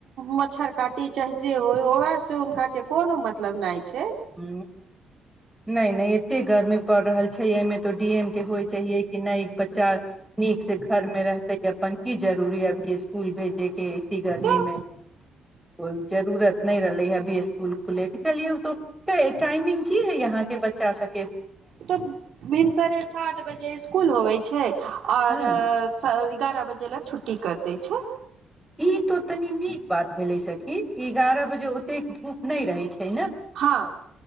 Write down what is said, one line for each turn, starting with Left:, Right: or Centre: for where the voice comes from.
Right: मच्छर काटी चाहे जे होय ओ अर से उनका के कोनो मतलब नहि छै
Centre: ह नहि नहि एते गर्मी पड़ रहल छै एहिमे तो डी एम के होइ चाे कि नहि बच्चा नीक से घर मे रहते अपन की जरूरी अभी स्कुल भेजे के इ गर्मी
Right: तऽ
Centre: मे कोइ जरूरत नहि रहले ह अभी स्कूल खुल चलिय टाइमिंग की यहाँ के बच्चा सब
Right: तब भिनसरे सात बजे स्कूल होवे छै आओर
Centre: हँ
Right: एगारह बजे लए छुट्टी कर दै छै
Centre: ई तो तनी निक बात भेले सखी ई एगारह बजे ओते धूप न रहे छै
Right: हँ